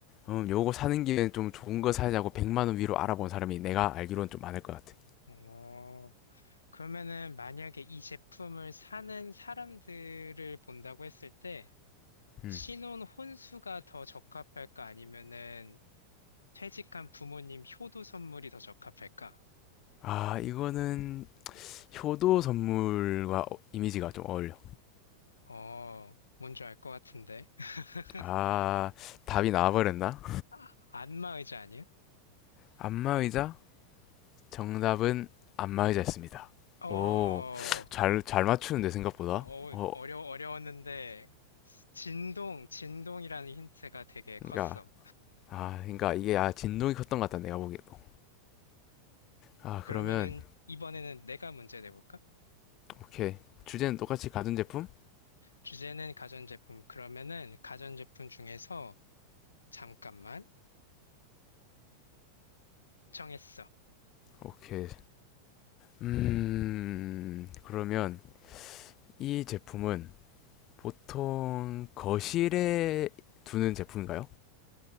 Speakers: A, on the left; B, on the left.
A: 음, 요거 사는 김에 좀 좋은 거 사자고 100만 원 위로 알아본 사람이 내가 알기로는 좀 많을 것 같아.
B: 오. 그러면은 만약에 이 제품을 사는 사람들을 본다고 했을 때
A: 음.
B: 신혼 혼수가 더 적합할까? 아니면은 퇴직한 부모님 효도 선물이 더 적합할까?
A: 아, 이거는 효도 선물과 어- 이미지가 좀 어울려.
B: 어, 뭔지 알 것 같은데. <laughs>
A: 아, 답이 나와버렸나?
B: 아, 안마 의자 아니야?
A: 안마의자? 정답은 안마의자였습니다.
B: 어, 어,
A: 오, 잘, 잘 맞추는데, 생각보다.
B: 어,
A: 어,
B: 어려, 어려웠는데, 진동, 진동이라는 힌트가 되게
A: 그니까,
B: 컸어.
A: 아, 그니까 이게, 아, 진동이 컸던 것 같다, 내가 보기에도. 아,
B: 그러면은,
A: 그러면,
B: 이번에는 내가 문제 내볼까?
A: 오케이. 주제는 똑같이 가전제품?
B: 주제는 가전제품. 그러면은, 가전제품 중에서, 잠깐만, 정했어.
A: 오케이. 음, 그러면, 이 제품은 보통 거실에 두는 제품인가요?